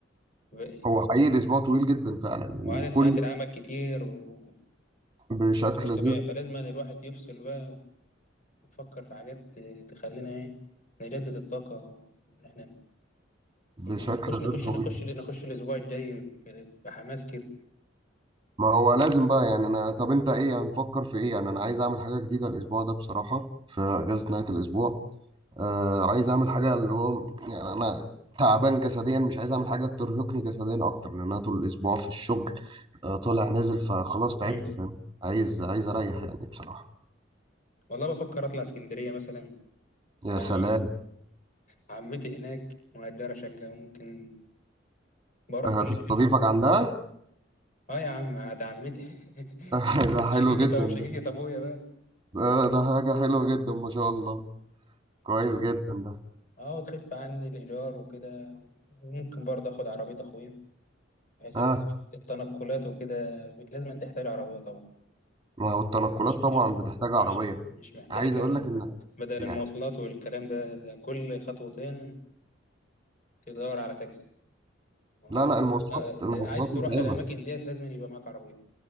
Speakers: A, on the left; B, on the right.
A: ب-
B: هو حقيقي الاسبوع طويل جدا فعلا وكل
A: وعدد ساعات العمل كتير وضغط
B: بشكل
A: مش طبيعي
B: غير
A: فلازم أن الواحد يفصل بقى ويفكر في حاجات تخلينا إيه نجدد الطاقة وإن إحنا
B: بشكل
A: نخش
B: غير
A: نخش
B: طبيعي
A: نخش نخش الأسبوع الجاي ب- بحماس كده
B: ما هو لازم بقى يعني انا طب انت ايه هنفكر في ايه يعني انا عايز اعمل حاجه جديده الاسبوع ده بصراحه في اجازه نهايه الاسبوع آه عايز اعمل حاجه اللي هو يعني انا تعبان جسديا مش عايز اعمل حاجه ترهقني جسديا اكتر لان انا طول الاسبوع في الشغل آه طالع نازل فخلاص تعبت
A: مم.
B: فاهم عايز عايز اريح يعني بصراحه
A: والله بفكر اطلع اسكندريه مثلا
B: يا
A: آه،
B: سلام
A: عمتي هناك مؤجره شقه ممكن بروح
B: هتستضيفك
A: كل فين
B: عندها
A: اه يا عم ده عمتي <laughs>
B: <laughs> ده حلو
A: شقيقة
B: جدا
A: ابو شقيقة
B: ده
A: ابويا بقى
B: آه ده حاجه حلوه جدا ما شاء الله كويس
A: بس
B: جدا ده
A: اه وتخف عني الايجار وكده وممكن برضه اخد عربيه اخويا بحيث
B: ها
A: الت- التنقلات وكده لازم تحتاج عربيه طبعا
B: ما هو التنقلات
A: مش
B: طبعا
A: مش
B: بتحتاج عربيه
A: مش مش محتاجه
B: عايز
A: كلام
B: اقول لك انك
A: بدل
B: يعني
A: المواصلات والكلام ده, ده كل خطوتين تدور على تاكسي ما
B: لا
A: هو لازم
B: لا المواصلات
A: آه، آه،
B: المواصلات
A: عايز تروح
B: متعبه
A: على الاماكن ديت لازم يبقى معاك عربيه